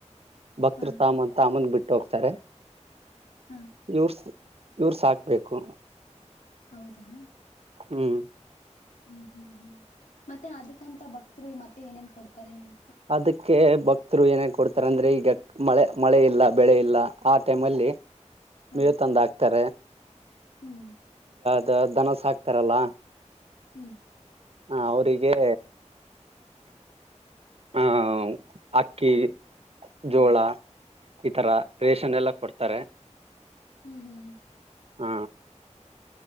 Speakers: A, on the right; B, on the left.
A: ಭಕ್ತ್ರು
B: ಹಾ
A: ತಾಮ್ಬಂದ್ ತಾಮ್ಬಂದ್ ಬಿಟ್ ಹೋಗ್ತರೆ
B: ಹಾ
A: ಯೂರ್ಸ್ ಇವ್ರ್ ಸಾಕ್ಬೇಕು
B: ಹೌದಾ
A: ಹ್ಮ್
B: ಹ್ಮ್ ಹ್ಮ್ ಹ್ಮ್ ಮತ್ತೆ ಅದುಕ್ಕಂತ ಭಕ್ತ್ರು ಇ ಮತ್ ತ್ತೆ ಏನೇನ್ ಕೊಡ್ತರೆ ನಿಮ್
A: ಅದಿಕ್ಕೆ ಬಕ್ ತ್ರು ಏನೇ ಕೊಡ್ತರೆ ಅಂದ್ರೆ ಈಗ ಮಳೆ ಮಳೆ ಇಲ್ಲ ಬೆಳೆ ಇಲ್ಲ ಆ ಟೈಮಲ್ಲಿ
B: ಹ
A: ಮೇವು ತಂದ್ ಹಾಕ್ತರೆ
B: ಹ್ಮ್
A: ದ ದನ ಸಾಕ್ತರಲ್ಲ
B: ಹ್ಮ್
A: ಹ ಅವ್ರಿಗೇ ಹ ಹ ಹ ಅವ್ ಅಕ್ಕಿ
B: ಹ್ಮ್
A: ಜೋಳ ಇತರ ರೇಷನ್ ಎಲ್ಲ ಕೊಡ್ತಾರೆ
B: ಹ್ಮ ಹ್ಮ್ ಹ್ಮ
A: ಹ